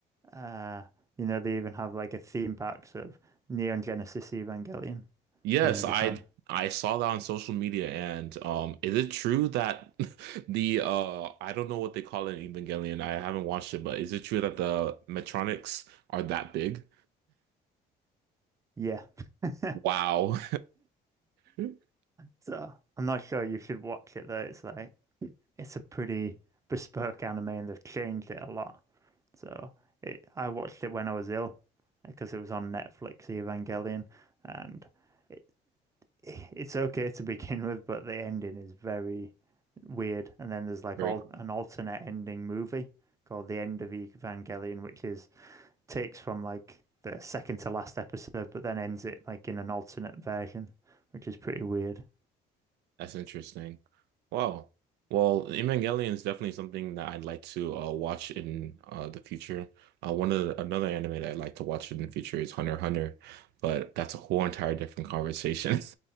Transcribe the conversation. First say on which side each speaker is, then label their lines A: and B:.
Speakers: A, on the right; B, on the right.
A: uh, you know, they even have like a theme park of Neon Genesis Evangelion
B: Yes,
A: in Japan.
B: I I saw that on social media and um is it true that <laughs> the uh I don't know what they call it in Evangelion. I haven't watched it, but is it true that the Metronics are that big?
A: Yeah. <laughs>
B: Wow. <laughs>
A: So I'm not sure you should watch it though. It's like it's a pretty bespoke anime and they've changed it a lot. So it, I watched it when I was ill because it was on Netflix, Evangelion, and it, it's okay to begin <laughs> with, but the ending is very weird. And then there's like
B: Very
A: all
B: cool.
A: an alternate ending movie called The End of Evangelion, which is takes from like the second to last episode, but then ends it like in an alternate version, which is pretty weird.
B: That's interesting. Wow. Well, Evangelion is definitely something that I'd like to uh, watch in uh, the future. Uh, one of the, another anime that I'd like to watch in the future is Hunter x Hunter, but that's a whole entire different conversation. <laughs>